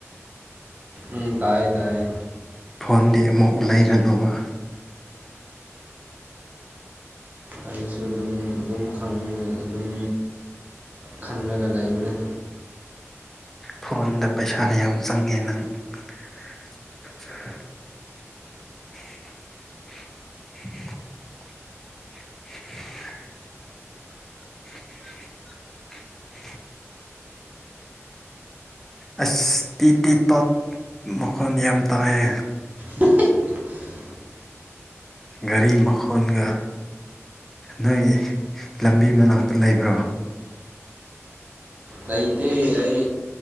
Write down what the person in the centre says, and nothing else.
ꯐꯣꯟꯗꯤ ꯑꯃꯨꯛ ꯂꯩꯔꯅꯨꯕ
ꯐꯣꯟꯗ ꯄꯩꯁꯥ ꯌꯥꯝ ꯆꯪꯉꯦ ꯅꯪ <unintelligible> <unintelligible> <unintelligible> ꯑꯁ ꯇꯤꯠ ꯇꯤꯠ ꯇꯣꯠ ꯃꯈꯣꯟ ꯌꯥꯝ ꯇꯉꯥꯌꯦ
ꯒꯥꯔꯤ ꯃꯈꯣꯟꯒ ꯅꯣꯏ ꯂꯝꯕꯤ ꯃꯅꯥꯛꯇ ꯂꯩꯕ꯭ꯔꯣ